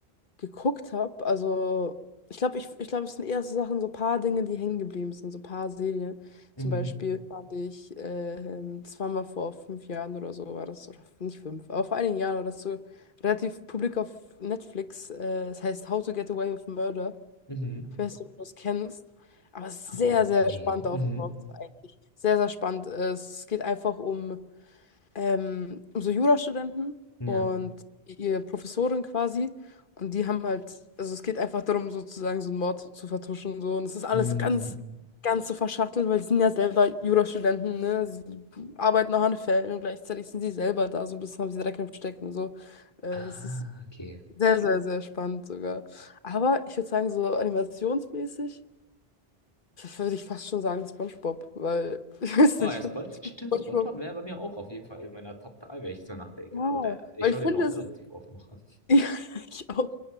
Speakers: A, on the left (about 55°); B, on the left (about 25°).
A: geguckt habe. Also, ich glaube, ich, ich glaube, es sind eher so Sachen, so paar Dinge, die hängen geblieben sind, so paar Serien.
B: Mhm.
A: Zum Beispiel fand ich, äh, ähm, das war mal vor fünf Jahren oder so, war das, oder nicht fünf, aber vor einigen Jahren war das so relativ publik auf Netflix. Äh, es heißt How to Get Away with Murder.
B: Mhm.
A: Ich weiß nicht, ob du das kennst, aber es ist
B: How
A: sehr,
B: to Get.
A: sehr
B: Nee.
A: spannend
B: Mhm.
A: aufgebaut, eigentlich. Sehr, sehr spannend. Äh, Es geht einfach um ähm, so Jurastudenten
B: Ja.
A: und ihre Professorin quasi. Und die haben halt, also es geht einfach darum, sozusagen so einen Mord zu vertuschen und so. Und es ist alles
B: Mm,
A: ganz, ganz so verschachtelt, weil sie sind ja selber Jurastudenten, ne? Sie arbeiten auch an Fällen und gleichzeitig sind sie selber da, so ein bisschen haben sie Dreck im Stecken und so. Äh,
B: Ah,
A: es ist
B: okay.
A: sehr, sehr, sehr spannend sogar. Aber ich würde sagen, so animationsmäßig würde ich fast schon sagen SpongeBob, weil <laughs> ich weiß
B: Oh,
A: nicht,
B: ja,
A: ich finde
B: Spon stimmt,
A: SpongeBob,
B: SpongeBob wäre bei mir auch auf jeden Fall in meiner Top 3, wenn ich so nachdenke.
A: ja,
B: Also der, ich
A: weil
B: schaue
A: ich finde,
B: den auch
A: es
B: relativ
A: ist
B: oft noch an.
A: Ja, <laughs> ich auch.